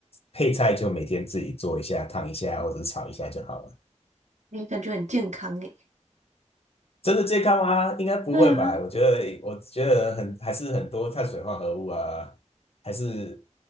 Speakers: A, on the left; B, on the right.
A: 配菜就每天自己做一下、烫一下或者是炒一下就好了。
B: 诶，感觉很健康诶。
A: 真的健康吗？应该不会吧？
B: 对啊，
A: 我觉得，我觉得很还是很多碳水化合物啊，还是